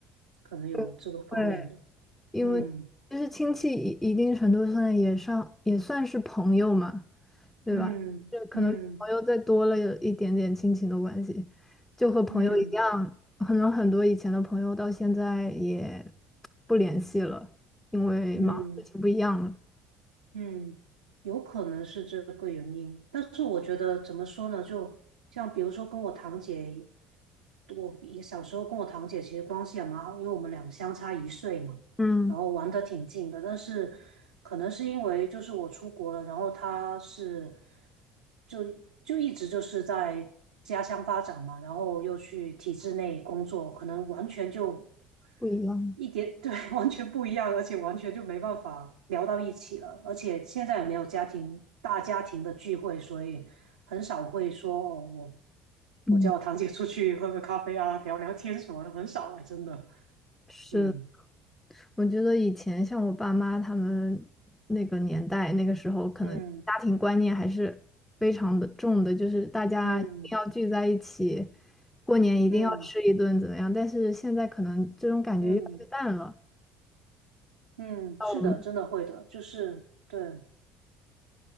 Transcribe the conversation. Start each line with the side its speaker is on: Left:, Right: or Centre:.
Right: 可能有这个方面的？
Centre: 对，会因为就是亲戚一一定程度上也上也算是朋友嘛，
Right: 嗯
Centre: 对吧？
Right: 嗯嗯。
Centre: 就可能朋友再多了有一点点亲情的关系，就和朋友一样，
Right: 嗯
Centre: 可能很多以前的朋友到现在也不联系了，因为忙的事情不一样了。
Right: 嗯嗯，有可能是这个原因，但是我觉得怎么说呢？就像比如说跟我堂姐，我也小时候跟我堂姐其实关系也蛮好，因为我们俩相差一岁嘛。
Centre: 嗯
Right: 然后玩的挺近的，但是可能是因为就是我出国了，然后他是就就一直就是在家乡发展嘛，然后又去体制内工作，可能完全就
Centre: 不一样。
Right: 一点，<laughs> 对，完全不一样，而且完全就没办法聊到一起了，而且现在也没有家庭大家庭的聚会，所以很少会说哦我。
Centre: 嗯，
Right: 我叫我堂姐出去喝个咖啡啊，聊聊天什么的，很少哎，真的。
Centre: 是。
Right: 嗯
Centre: 我觉得以前像我爸妈他们那个年代，那个时候可能家庭观念还是非常的重的，
Right: 嗯
Centre: 就是大家一定要聚在一起，
Right: 嗯。
Centre: 过年一定要吃一顿怎么样？
Right: 嗯
Centre: 但是现在可能这种感觉越来越淡了。
Right: 嗯嗯，
Centre: 到我们。
Right: 是的，真的会的，就是对，